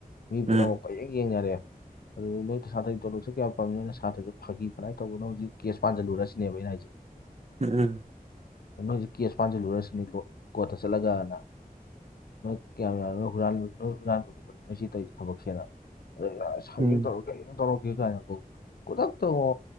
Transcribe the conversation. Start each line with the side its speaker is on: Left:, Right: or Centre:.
Left: ꯃꯤ
Right: ꯎꯝ
Left: ꯄꯨꯝꯅꯃꯛ ꯀꯣꯏꯌꯦꯡ ꯌꯦꯡꯅꯔꯦ ꯑꯗꯨꯗꯩ ꯅꯣꯏ ꯁꯥ꯭ꯇꯔꯒꯤ ꯇꯣꯂꯣꯞꯁꯦ ꯀꯌꯥ ꯄꯥꯝꯃꯤ ꯅꯣꯏꯅ ꯁꯥꯇ꯭ꯔꯖꯦ ꯐꯥꯒꯤ ꯐꯅꯥꯏ ꯇꯧꯕꯅꫭ ꯍꯧꯖꯤꯛ ꯀꯦꯁ ꯄꯥꯟꯖꯤꯜꯂꯨꯔ ꯁꯤꯅꯦꯕ ꯑꯩꯅ ꯍꯥꯏꯖꯦ
Right: ꯎꯝ
Left: ꯅꯣꯏ‌ ꯍꯨꯖꯤꯛ ꯀꯦꯁ ꯄꯥꯟꯖꯜꯂꯨꯔ ꯁꯤꯅꯤ <unintelligible> ꯀꯣꯔꯠꯇ ꯆꯠꯂꯒꯅ ꯅꯣꯏ ꯀꯌꯥꯝ <unintelligible> ꯅꫭꯏ ꯍꯨꯔꯥꯟꯕꯒꯨꯝꯕꯅꯤ ꯅꫭꯏ ꯁꯤ ꯇꯧꯔꯤ ꯊꯕꯛꯁꯦꯅ ꯑꯗꯨꯏ <unintelligible>
Right: ꯎꯝ
Left: <unintelligible> ꯇꯧꯔꯒꯦ <unintelligible> ꯇꯧꯔꯒꯦ ꯒꯥꯏꯅꯀꫭ ꯈꯨꯗꯛꯇꯉꯣ